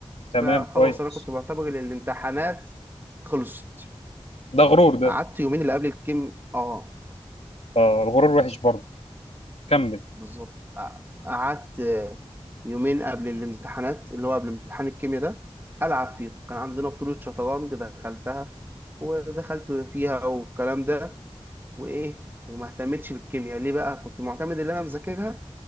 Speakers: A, on the left (about 85°); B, on the right (about 20°).
A: تمام
B: فخلاص
A: كويس
B: انا كنت بعتبر ان الامتحانات خلصت
A: ده غرور ده
B: قعدت يومين اللي قبل الكيم اه
A: اه الغرور وحش برضه كمل
B: بالظبط ق- قعدت يومين قبل الامتحانات اللي هو قبل امتحان الكيمياء ده ألعب فيه كان عندنا بطولة شطرنج دخلتها ودخلت فيها والكلام ده وإيه وما اهتمتش بالكيمياء ليه بقى كنت معتمد إن أنا مذاكرها